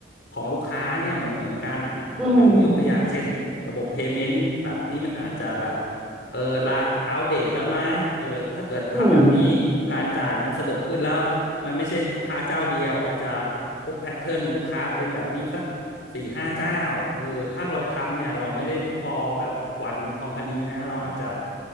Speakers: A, on the left; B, in the centre.
A: ของลูกค้าเนี่ยเหมือนเหมือนกันอ่ะผมไม่รู้ยกตัวอย่างเช่นระบบ
B: อืม
A: payment แบบนี้มันอาจจะแบบเออละอัปเดตแล้วนะเออถ้าเกิดทำแบบนี้
B: อืม
A: การจ่ายมันสะดวกขึ้นแล้วมันไม่ใช่ลูกค้าเจ้าเดียวอาจจะพบแพทเทิร์นลูกค้าเป็นแบบนี้สัก สี่ห้าเจ้าเออถ้าเราทำเนี่ยเราไม่ได้ฟอร์แบบวันคอมพานีนะเราอาจจะ